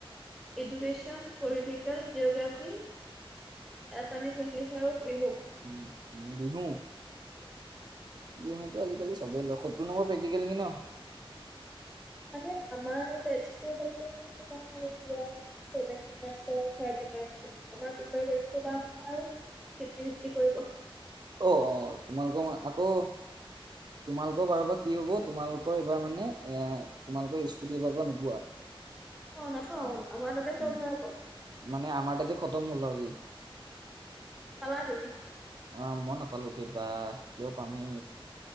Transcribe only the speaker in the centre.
education, political, geography Assamese, English আৰু বিহু।
মানে আমাৰ বেষ্ট লকেহে হে তোমাৰ এতিয়া চেভেনটি পাৰ্চেন্ট, থ্ৰাৰটি পাৰ্চেন্ট, আমাৰ পিছে বেষ্টিবাৰ <inaudible> আৰু ফিফটি-ফিফটি কৰিব চাগে।
অ', নাপাওঁ আমাৰ তাতে
চব হয় আকৌ।
পালা তুমি।